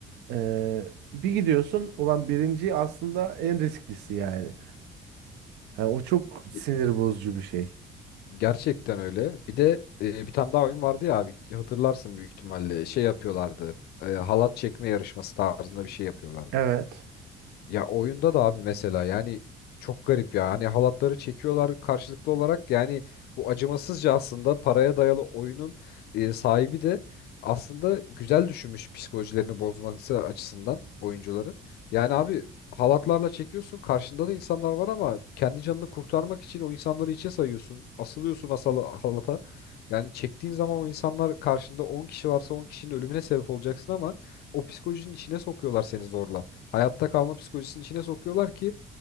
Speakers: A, on the right; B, on the left.
A: Ee, bir gidiyorsun. Ulan birinci aslında en risklisi yani. Yani o çok sinir
B: Ge-
A: bozucu bir şey.
B: Gerçekten öyle. Bir de e, bir tane daha oyun vardı ya abi hatırlarsın büyük ihtimalle. Şey yapıyorlardı. E, halat çekme yarışması tarzında bir şey yapıyorlardı.
A: Evet.
B: Ya oyunda da abi mesela yani çok garip ya. Hani halatları çekiyorlar karşılıklı olarak. Yani bu acımasızca aslında paraya dayalı oyunun e, sahibi de aslında güzel düşünmüş psikolojilerini bozması açısından oyuncuların. Yani abi halatlarla çekiyorsun karşında da insanlar var ama kendi canını kurtarmak için o insanları içe sayıyorsun. Asılıyorsun asal halata. Yani çektiğin zaman o insanlar karşında 10 kişi varsa 10 kişinin ölümüne sebep olacaksın ama o psikolojinin içine sokuyorlar seni zorla. Hayatta kalma psikolojisinin içine sokuyorlar ki